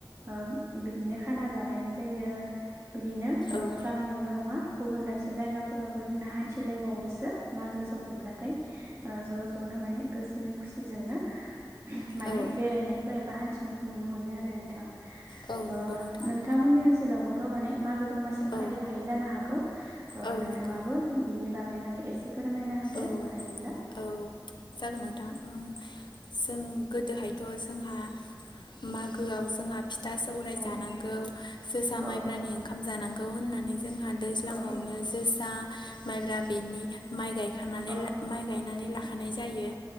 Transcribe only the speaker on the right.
ओ बिदिनो खाना जालायनाय जायो बिदिनो
गामियावल' नङा गुबुन दाब से जायगाफोरावबो जोंना हान्थिलायबावोसो मागो सफैब्लाथाय ओ ज' ज'नो माने गोसोनि खुसिजोंनो माने
बेरायनायखौ एबा हान्थिनायखौ नुनो मोनो आरो नोंथां ओ
नोंथांमोननि ओनसोलावबोथ' माने मागो दमासि
फालिखायै जानो हागौ
नोंथाङाबो
बिनि बागै माने एसे फोरमायना होदो
हायोब्ला
औ
औ
औ
औ